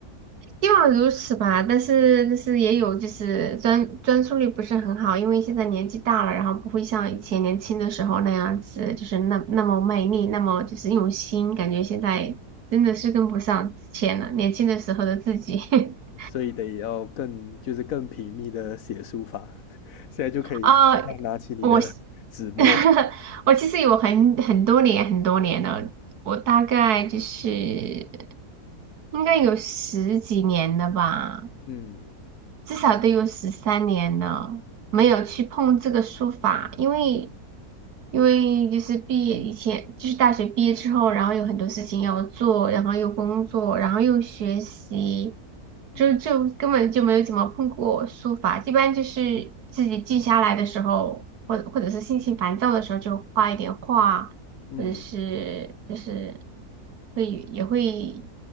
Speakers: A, on the right (about 75°); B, on the left (about 65°).
A: 希望如此吧。但是但是也有就是专专注力不是很好，因为现在年纪大了，然后不会像以前年轻的时候那样子，就是那那么卖力，那么就是用心，感觉现在真的是跟不上之前了，年轻的时候的自己。<laughs>
B: 所以得要更就是更频密的写书法。<laughs> 现在就可以
A: 啊、
B: 拿起你的纸墨，
A: 我 <laughs> 我其实有很很多年很多年了，我大概就是应该有十几年了吧。
B: 嗯
A: 至少得有十三年了，没有去碰这个书法，
B: 嗯
A: 因为因为就是毕业以前，就是大学毕业之后，然后有很多事情要做，然后又工作，然后又学习，
B: 嗯
A: 就就根本就没有怎么碰过书法，一般就是自己静下来的时候，或或者是心情烦躁的时候，就画一点画，
B: 嗯，
A: 或者是就是会也会